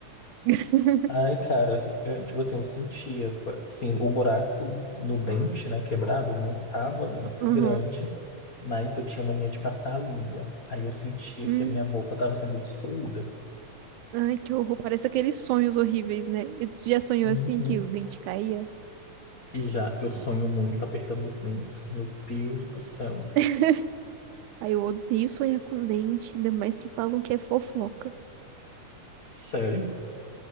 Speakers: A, on the right (about 80°); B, on the left (about 70°).
A: <laughs>
B: Ai, cara, eu, tipo assim, eu sentia, assim, o buraco no dente, né, quebrado, não tava muito
A: Aham.
B: grande, mas eu tinha mania de passar a língua. Aí eu sentia
A: Uhum.
B: que a minha boca tava sendo destruída.
A: Ai, que horror. Parece aqueles sonhos horríveis, né? Eu- já sonhou
B: Uhum.
A: assim que o dente caía?
B: E já, eu sonho muito apertando os dentes. Meu Deus do céu.
A: <laughs> Ai, eu odeio sonhar com dente, ainda mais que falam que é fofoca.
B: Sério?